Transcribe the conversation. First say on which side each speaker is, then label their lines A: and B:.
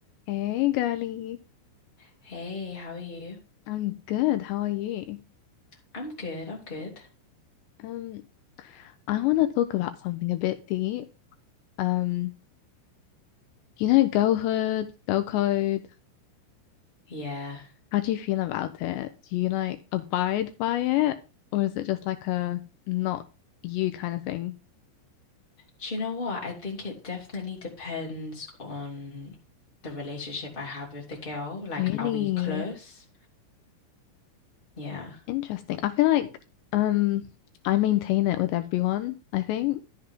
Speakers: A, on the left; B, on the left.
A: Hey, girly.
B: Hey, how are you?
A: I'm good. How are you?
B: I'm good, I'm good.
A: Um, I want to talk about something a bit deep. Um, you know, girlhood, girl code.
B: Yeah.
A: How do you feel about it? Do you like abide by it, or is it just like a not you kind of thing?
B: Do you know what? I think it definitely depends on the relationship I have with the girl. Like,
A: Really
B: are we close? Yeah.
A: interesting. I feel like um, I maintain it with everyone, I think.